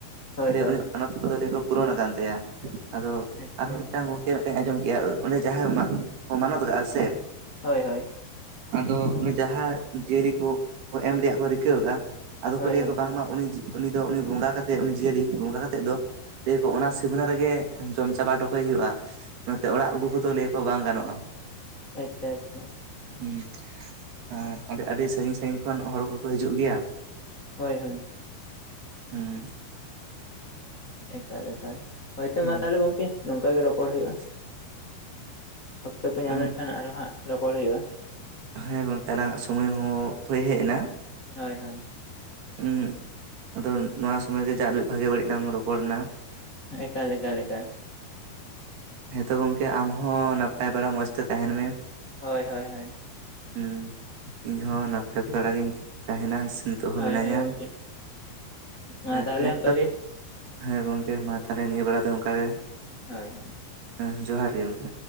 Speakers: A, on the left; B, on the right.
A: ᱦᱳᱭ ᱦᱳᱭ
B: ᱩᱱᱤ ᱢᱟᱱᱚᱛ ᱠᱚᱫᱚ ᱞᱟᱹᱭᱟ ᱠᱚ ᱯᱩᱨᱚᱱ ᱟᱠᱟᱱ ᱛᱟᱭᱟ ᱟᱫᱚ
A: ᱟᱪᱪᱷᱟ
B: ᱟᱨᱦᱚᱸ ᱢᱤᱫᱴᱟᱝ ᱜᱚᱝᱠᱮ ᱟᱸᱡᱚᱢ ᱠᱮᱜᱼᱟ ᱚᱸᱰᱮ ᱡᱟᱦᱟᱸᱭ ᱠᱚ ᱢᱟᱱᱚᱛ ᱠᱟᱜᱼᱟ ᱥᱮ
A: ᱦᱳᱭ ᱦᱳᱭ
B: ᱟᱫᱚ ᱩᱱᱤ ᱡᱟᱦᱟᱸ ᱡᱤᱭᱟᱹᱞᱤ ᱠᱚ ᱮᱢ ᱨᱮᱭᱟᱜ ᱠᱚ ᱨᱤᱠᱟᱹ ᱟᱠᱟᱜᱼᱟ᱾ ᱟᱫᱚ
A: ᱦᱳᱭ
B: ᱠᱚ ᱞᱟᱹᱭᱟᱠᱚ
A: ᱦᱳᱭ
B: ᱵᱟᱝᱢᱟ ᱩᱱᱤ ᱫᱚ ᱩᱱᱤ ᱵᱚᱸᱜᱟ ᱠᱟᱛᱮᱫ ᱩᱱᱤ ᱡᱤᱭᱟᱹᱞᱤ ᱵᱚᱸᱜᱟ ᱠᱟᱛᱮᱫ ᱫᱚ ᱞᱟᱹᱭ ᱠᱚ ᱚᱱᱟ ᱥᱤᱵᱱᱟ ᱨᱮᱜᱮ ᱡᱚᱢ ᱪᱟᱵᱟ ᱦᱚᱴᱚ ᱠᱚᱭ ᱦᱩᱭᱩᱜᱼᱟ᱾ ᱱᱚᱛᱮ ᱚᱲᱟᱜ ᱟᱹᱜᱩ ᱠᱚᱫᱚ ᱞᱟᱹᱭ ᱟᱠᱚ ᱵᱟᱝ ᱜᱟᱱᱚᱜᱼᱟ᱾
A: ᱟᱪᱪᱷᱟ ᱟᱪᱪᱷᱟ
B: ᱦᱮᱸ ᱟᱨ ᱟᱹᱰᱤ ᱟᱹᱰᱤ ᱥᱟᱹᱜᱤᱧ ᱥᱟᱹᱜᱤᱧ ᱠᱷᱚᱱ ᱦᱚᱲ ᱠᱚᱠᱚ ᱦᱤᱡᱩᱜ ᱜᱮᱭᱟ᱾
A: ᱦᱳᱭ ᱦᱳᱭ
B: ᱦᱮᱸ
A: ᱮᱠᱟᱞ ᱮᱠᱟᱞ, ᱦᱳᱭᱛᱚ
B: ᱦᱩᱸ
A: ᱢᱟ ᱛᱟᱦᱞᱮ ᱜᱚᱝᱠᱮ ᱱᱚᱝᱠᱟ ᱜᱮ ᱨᱚᱯᱚᱲ ᱦᱩᱭᱩᱜᱼᱟ᱾
B: <inaudible>
A: ᱚᱠᱛᱚ ᱠᱚ ᱧᱟᱢ
B: ᱦᱩᱸ
A: ᱞᱮᱱᱠᱷᱟᱱ ᱟᱨᱚ ᱦᱟᱸᱜ ᱨᱚᱯᱚᱲ ᱦᱩᱭᱩᱜᱼᱟ᱾
B: ᱦᱮᱸ ᱜᱚᱝᱠᱮ ᱟᱞᱟᱝ ᱟᱜ ᱥᱩᱢᱟᱹᱭ ᱦᱚᱸ ᱦᱩᱭ ᱦᱮᱡ ᱮᱱᱟ᱾
A: ᱦᱳᱭ ᱦᱳᱭ
B: ᱦᱩᱸ ᱟᱫᱚ ᱱᱚᱣᱟ ᱥᱚᱢᱚᱭ ᱜᱮ ᱡᱟᱜ ᱵᱷᱟᱜᱮ ᱵᱟᱹᱲᱤᱡ ᱞᱟᱝ ᱨᱚᱯᱚᱲ ᱮᱱᱟ᱾
A: ᱮᱠᱟᱞ ᱮᱠᱟᱞ ᱮᱠᱟᱞ
B: ᱦᱩᱸ ᱛᱚ ᱜᱚᱝᱠᱮ ᱟᱢ ᱦᱚᱸ ᱱᱟᱯᱟᱭ ᱵᱟᱲᱟ ᱢᱚᱡᱽ ᱛᱮ ᱛᱟᱦᱮᱱ ᱢᱮ᱾
A: ᱦᱳᱭ ᱦᱳᱭ ᱦᱳᱭ
B: ᱦᱩᱸ ᱤᱧ ᱦᱚᱸ ᱱᱟᱯᱟᱭ ᱵᱟᱲᱟᱜᱤᱧ ᱛᱟᱦᱮᱱᱟ᱾ ᱥᱮ ᱱᱤᱛ
A: ᱦᱳᱭ
B: ᱢᱤᱱᱟᱹᱧᱟ
A: ᱦᱳᱭ ᱜᱚᱝᱠᱮ
B: <inaudible>
A: ᱢᱟ
B: ᱦᱮᱸ
A: ᱛᱟᱦᱚᱞᱮ ᱚᱱᱠᱟ ᱜᱮ
B: ᱦᱮᱸ ᱜᱚᱝᱠᱮ ᱢᱟ ᱛᱟᱦᱞᱮ ᱱᱤᱭᱟᱹ ᱵᱮᱲᱟ ᱫᱚ ᱱᱚᱝᱠᱟᱜᱮ᱾
A: ᱦᱳᱭ ᱦᱳᱭ
B: ᱦᱮᱸ ᱡᱚᱦᱟᱨ ᱜᱮ ᱜᱚᱢᱠᱮ᱾